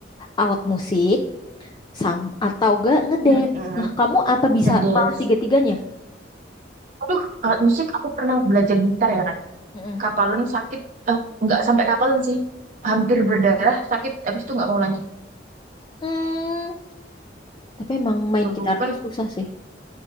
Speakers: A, on the left; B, on the right.
A: alat musik sam atau gak ngedance.
B: mm
A: Nah, kamu apa bisa
B: ngedance
A: malah tiga-tiganya?
B: aduh alat musik aku pernah belajar gitar ya kan
A: Mm-mm.
B: kapalan sakit eh, nggak sampai kapalan sih hampir berdarah sakit habis itu nggak mau lanjut
A: Hmm, Tapi emang main
B: tuh
A: gitar
B: kan
A: tuh susah sih.